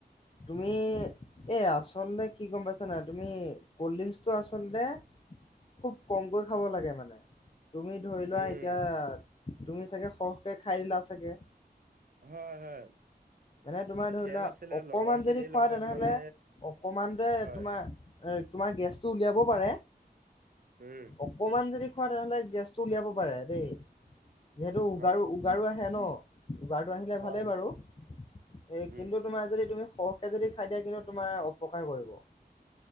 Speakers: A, on the left; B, on the right.
A: তুমি এই আচলতে কি গম পাইছা নাই তুমি কল্ড ড্ৰিংকচটো আচলতে খুব কমকৈ খাব লাগে মানে। তুমি ধৰি
B: উম
A: লোৱা এতিয়া। তুমি চাগে সৰহকে খাই দিলা চাগে।
B: হয় - হয়।
A: মানে তোমাৰ ধৰি
B: খেল
A: লোৱা
B: আছিলে
A: অকমান
B: লগৰ খিনিৰ
A: যদি খোৱা
B: লগত
A: তেনেহলে
B: মানে
A: অকমানটে
B: হয়
A: তোমাৰ এ' তোমাৰ গেছ। টো উলিয়াব পাৰে,
B: উম
A: আকণমন যদি। খোৱা তেনেহ'লে গেছটো উলিয়াব পাৰে দেই। সেইটো উগাৰু
B: হয়
A: উগাৰু আহে। হে ন' উগাৰটো আহিলে
B: হয়
A: ভালেই
B: হয়।
A: বাৰু। এ
B: উম,
A: কিন্তু তোমাৰ যদি তুমি সৰহ। সৰহ কে যদি খায় দিয়া কিন্তু তোমাৰ অপকাৰ কৰিব।